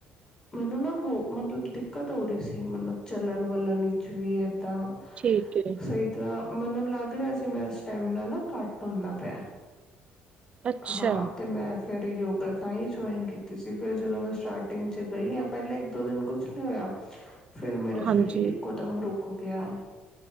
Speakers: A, on the left; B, on the right.
A: ਮੈਨੂੰ ਨਾਂ ਹੋ ਮਤਲਬ ਦਿੱਕਤ ਹੋ ਰਹੀ ਸੀ ਮਤਲਬ ਚੱਲਣ ਵਾ ਚਲੱਣ ਇਚ ਵੀ ਏਦਾਂ
B: ਠੀਕ ਐ।
A: ਸਹੀ ਤਰ੍ਹਾਂ ਮੈਨੂੰ ਲੱਗ ਰਿਹਾ ਸੀ ਮੇਰਾ ਸਟੈਮਨਾ ਨਾ ਘੱਟ ਹੁੰਦਾ ਪਿਆ।
B: ਅੱਛਾ।
A: ਹਾਂ, ਤੇ ਮੈਂ ਫੇਿਰ ਯੋਗਾ ਤਾਂਹੀ ਜੁਆਇਨ ਕੀਤੀ ਸੀ ਫਿਰ ਜਦੋਂ ਮੈਂ ਸਟਾਰਟਿੰਗ ਚ ਗਈ ਆਂ ਪਹਿਲਾਂ ਇੱਕ ਦੋ ਦਿਨ ਕੁਛ ਨੀਂ ਹੋਇਆ ਫਿਰ ਮੇਰਾ
B: ਹਾਂਜੀ,
A: ਸਰੀਰ ਇੱਕੋਦਮ ਰੁਕ ਕ ਗਿਆ।